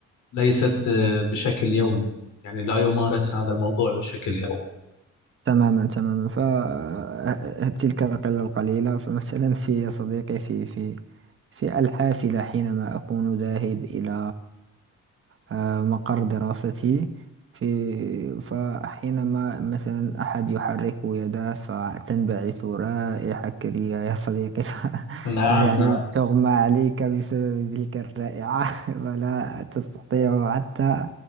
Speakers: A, on the left; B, on the right.
A: ليست آه، بشكل يومي يعني لا يمارس هذا الموضوع بشكل يومي
B: تماما تماما فتلك القلة القليلة فمثلا في يا صديقي في في في الحافلة حينما أكون ذاهب إلى آه، مقر دراستي في فحينما مثلا أحد يحرك يده فتنبعث رائحة كريهة يا صديقي <laughs>
A: نعم
B: يعني
A: نعم
B: تغمى عليك بسبب تلك الرائحة <laughs> ولا تستطيع حتى